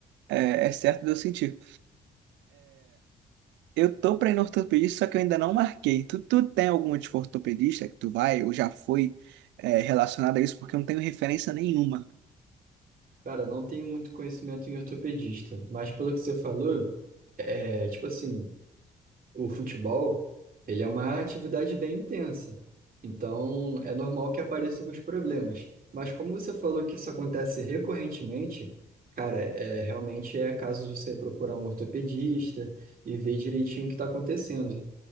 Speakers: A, on the right; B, on the right.
A: É, é certo de eu sentir. Eu tô pra ir no ortopedista, só que eu ainda não marquei. Tu, tu tem alguma tipo ortopedista que tu vai ou já foi é, relacionada a isso? Porque eu não tenho referência nenhuma.
B: Cara, eu não tenho muito conhecimento em ortopedista, mas pelo que você falou, é tipo assim. o futebol, ele é uma atividade bem intensa. Então, é normal que apareçam os problemas. Mas como você falou que isso acontece recorrentemente, cara, é, realmente é caso de você procurar um ortopedista e ver direitinho o que está acontecendo.